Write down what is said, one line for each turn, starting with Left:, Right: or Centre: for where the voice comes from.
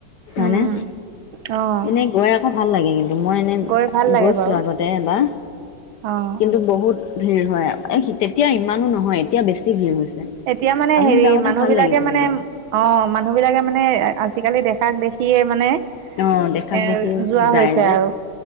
Right: উম,
Left: আানে
Right: অ',
Left: এনে গৈ আকৌ ভাল লাগে কিন্তু মই এনে
Right: গৈ ভাল লাগে
Left: গৈছো
Right: বাৰু
Left: আগতে বা
Right: অ'।
Left: কিন্তু বহুত ভিৰ হয় তেতিয়া ইমানো নহয় এতিয়া বেছি ভিৰ হৈছে
Right: এতিয়া মানে
Left: আমি
Right: হেৰি
Left: যাওঁতে
Right: মানুহ
Left: ভাল
Right: বিলাকে
Left: লাগিছিলে
Right: মানে
Left: কিন্তু
Right: অ মানুহ বিলাকে মানে আ আজিকালি দেখাক দেখিয়ে মানে এৰ
Left: অ' দেখাক দেখি
Right: যোৱা
Left: যায়
Right: হৈছে
Left: যে।
Right: আৰু